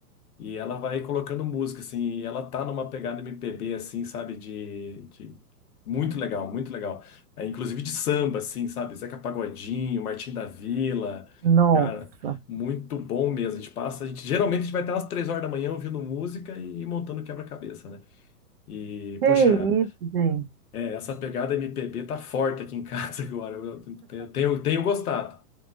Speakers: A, on the left; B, on the right.
A: E ela vai colocando música, assim, e ela tá numa pegada MPB, assim, sabe, de, de... Muito legal, muito legal. É, inclusive de samba, assim, sabe, Zeca Pagodinho, Martim da Vila,
B: Nossa,
A: cara, muito bom mesmo. A gente passa, a gente, geralmente a gente vai até umas três horas da manhã ouvindo música e montando quebra-cabeça, né? E,
B: que
A: puxa,
B: isso, gente.
A: é, essa pegada MPB tá forte aqui em casa <laughs> agora, eu tenho, tenho, tenho gostado.